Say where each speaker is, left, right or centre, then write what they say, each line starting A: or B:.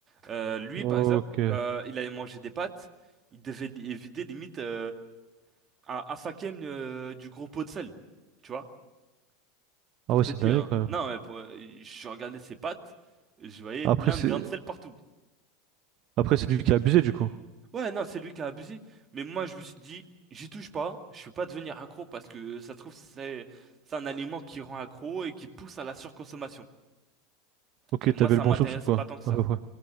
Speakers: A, on the right (about 30°); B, on the right (about 50°).
A: Euh, lui,
B: Ok.
A: par exemple, euh, il allait manger des pâtes, il devait li- vider limite euh, un, un cinquième euh, du gros pot de sel, tu vois, pour
B: Ah ouais,
A: te
B: c'est
A: dire.
B: dingue
A: hein.
B: quand même.
A: Non, mais pour- euh, je regardais ses pâtes, je voyais
B: Après,
A: plein
B: c'est
A: de grains de sel partout.
B: après c'est lui qui a abusé, du coup.
A: Ouais, non, c'est lui qui a abusé. Mais moi, je me suis dit, j'y touche pas, je peux pas devenir accro parce que ça se trouve, c'est c'est un aliment qui rend accro et qui pousse à la surconsommation.
B: Ok,
A: Et moi,
B: t'avais
A: ça
B: le bon
A: m'intéresse
B: soupçon, quoi.
A: pas tant que ça.
B: À peu près.